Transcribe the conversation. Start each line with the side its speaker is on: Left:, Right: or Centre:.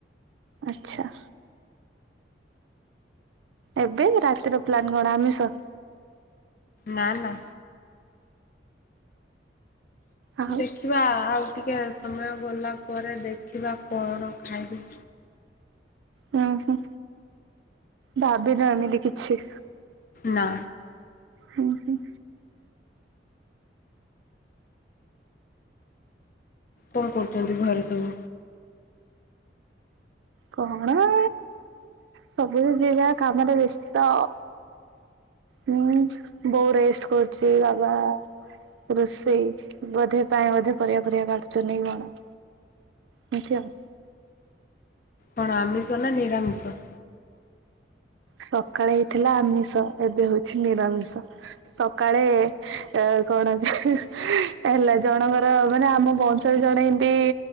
Right: ଆଚ୍ଛା। ଏବେ ରାତିର ପ୍ଲାନ୍ କଣ ଆମିଷ?
Left: ନା ନା।
Right: ଆଉ
Left: ଦେଖିବା ଆଉ ଟିକେ ସମୟ ଗଲା ପରେ ଦେଖିବା କଣ ଖାଇବି।
Right: ହୁଁ ହୁଁ ଭାବିନୁ ଏମିତି କିଛି।
Left: ନା।
Right: ହୁଁ ହୁଁ।
Left: କଣ କରୁଛନ୍ତି ଘରେସବୁ
Right: କଣଏ ସବୁ ଯିଏ ଯାହା କାମରେ ବ୍ୟସ୍ତ। ହୁଁ ବୋଉ ରେଷ୍ଟ କରୁଛି ବାବା ରୋଷେଇ ବୋଧେ ପାଇଁ ବୋଧେ ପରିବା ଫରିବା କାଟୁଛନ୍ତି କି କଣ? ଏମିତି ଆଉ
Left: କଣ ଆମିଷ ନା ନିରାମିଷ।
Right: ସକାଳେ ହେଇଥିଲା ଆମିଷ ଏବେ ହଉଛି ନିରାମିଷ। ସକାଳେ ଏ କଣ ଅଛି ହେଲା ଜଣଙ୍କର ମାନେ ଆମ ବ ଜଣେ ଏମତି